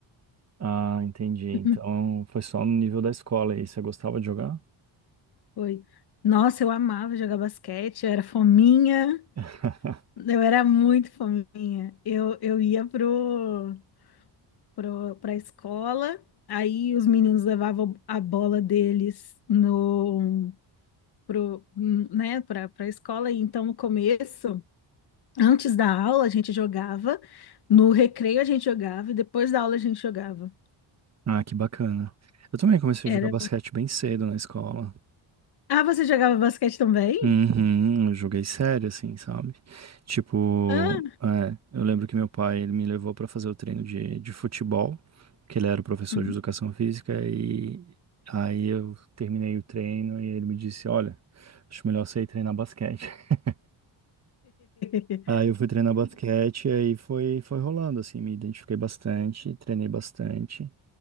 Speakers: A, on the right (about 35°); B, on the left (about 55°).
A: Ah, entendi. Então,
B: <laughs>
A: foi só no nível da escola aí. Você gostava de jogar?
B: Foi. Nossa, eu amava jogar basquete, eu era fominha.
A: <laughs>
B: Eu era muito fominha. Eu, eu ia pro, pro, pra escola, aí os meninos levavam a bola deles no, pro, né, pra, pra escola. E então, no começo, antes da aula, a gente jogava, no recreio a gente jogava, e depois da aula a gente jogava.
A: Ah, que bacana. Eu também comecei
B: Era...
A: a jogar basquete bem cedo na escola.
B: Ah, você jogava basquete também?
A: Uhum, eu joguei sério, assim, sabe? Tipo,
B: Ah,
A: é, eu lembro que meu pai, ele me levou pra fazer o treino de, de futebol, que ele era o professor
B: uhum.
A: de educação física, e aí eu terminei o treino e ele me disse, olha, acho melhor você ir treinar basquete. <laughs>
B: <laughs>
A: Aí eu fui treinar basquete e aí foi, foi rolando, assim, me identifiquei bastante, treinei bastante